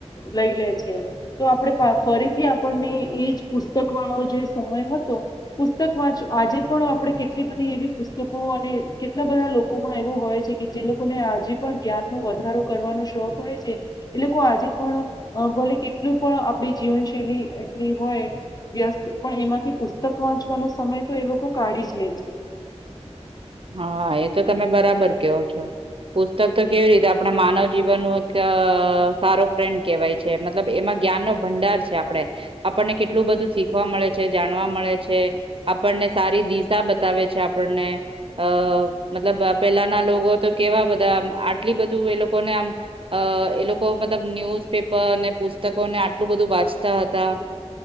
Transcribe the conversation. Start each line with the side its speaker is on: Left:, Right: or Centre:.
Left: લઈ લે છે, તો આપણે ફરીથી આપણને એજ પુસ્તક વાળો જે સમય હતો, પુસ્તક વાં આજે પણ આપણે કેટલી બધી એવી પુસ્તકો અને કેટલા બધા લોકોમાં એવો હોય છે કે જે લોકોને આજે પણ જ્ઞાનનો વધારો કરવાનો શોખ હોય છે, એ લોકો આજે પણ ભલે કેટલું પણ આપણી જીવનશૈલી એટલી હોય વ્યસ્ત પણ એમાંથી પુસ્તક વાંચવાનો સમય તો એ લોકો કાઢી જ લે છે.
Right: હા એ તો તમે બરાબર કેહો છો, પુસ્તક તો કેવી રીતે આપણા માનવ જીવન નું એક સારો ફ્રેન્ડ કેવાય છે મતલબ એમાં જ્ઞાન નો ભંડાર છે આપડે, આપણને કેટલું બધું શીખવા મળે છે જાણવા મળે છે. આપણને સારી દિશા બતાવે છે આપણને અ મતલબ પેલાના લોકો તો કેવા બધા આટલી બધું એ લોકોને આમ, એ લોકો મતલબ ન્યુઝ પેપરને પુસ્તકોને આટલું બધું વાંચતા હતા,